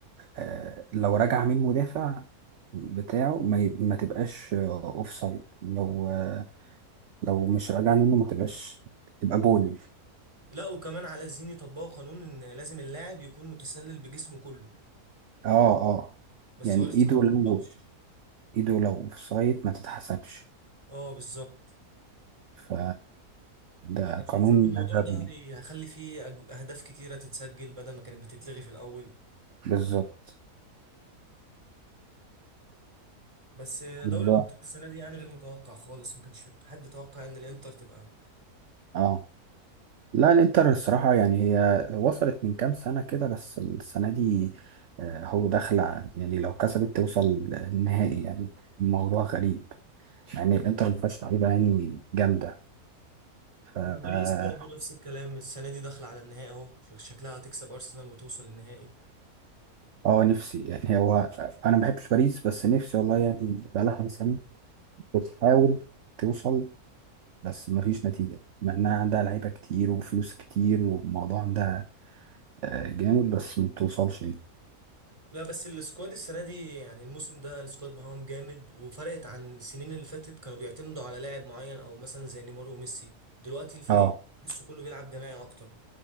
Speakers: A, on the right; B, on the right.
A: آه لو رجع من مدافع بتاعه ما, ي- ما تبقاش اوف سايد لو آه لو مش راجع منه ما تبقاش تبقى جول
B: لا وكمان على الزين يطبقوا قانون ان لازم اللاعب يكون متسلل بجسمه كله
A: اه اه
B: بس
A: يعني
B: هو لسه
A: ايده
B: ما اتطبقش
A: لو ايده لو اوف سايد ما تتحسبش
B: اه بالظبط
A: ف ده
B: انا شايف
A: قانون
B: ان الموضوع
A: غبي
B: ده هي- هيخلي فيه أج- اهداف كتيرة تتسجل بدل ما كانت بتتلغي في الاول
A: بالظبط
B: بس دوري
A: الموضوع
B: الابطال السنة دي يعني غير متوقع خالص ما كانش حد توقع ان الانتر تبقى
A: اه لا الانتر الصراحة يعني هي وصلت من كام سنة كده بس السنة دي آه، هو داخلة يعني لو كسبت توصل النهائي يعني الموضوع غريب مع ان الانتر ما فيهاش لعيبة يعني جامدة ف اه
B: وباريس برضه نفس الكلام السنة دي داخلة على النهائي اهو شكلها هتكسب أرسنال وتوصل النهائي
A: آه، نفسي يعني هو انا ما بحبش باريس بس نفسي والله يعني بقالها كام سنة بتحاول توصل بس ما فيش نتيجة مع انها عندها لعيبة كتير وفلوس كتير والموضوع عندها آه، جامد بس ما بتوصلش يعني
B: لا بس السكواد السنة دي يعني الموسم ده السكواد معاهم جامد وفرقت عن السنين اللي فاتت كانوا بيعتمدوا على لاعب معين أو مثلا زي نيمار وميسي دلوقتي الفريق
A: اه
B: تحسه كله بيلعب جماعي أكتر